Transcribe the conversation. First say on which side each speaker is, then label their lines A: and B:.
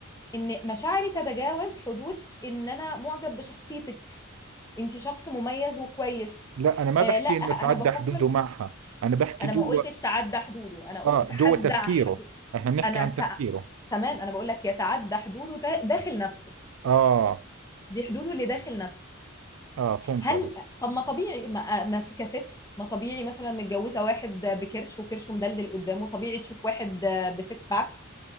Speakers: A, on the left; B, on the right.
A: إن مشاعري تتجاوز حدود إن أنا معجب بشخصيتك أنت شخص مميز وكويس
B: لا انا ما
A: آه
B: بحكي
A: لا انا
B: انه تعدى
A: بفكر
B: حدوده معها انا بحكي
A: انا
B: جوا
A: ما قلتش تعدى حدوده انا قلت
B: اه
A: تحدى
B: جوا تفكيره
A: حدوده
B: احنا بنحكي
A: انا
B: عن
A: ت...
B: تفكيره
A: تمام انا بقول لك يتعدى حدوده تا- داخل نفسه
B: اه
A: دي حدوده اللي داخل نفسه
B: اه فهمت
A: هل
B: عليك
A: طب ما طبيعي ما, ما كست ما طبيعي مثلا متجوزه واحد بكرش وكرشه مدلدل قدامه طبيعي تشوف واحد بسكس باكس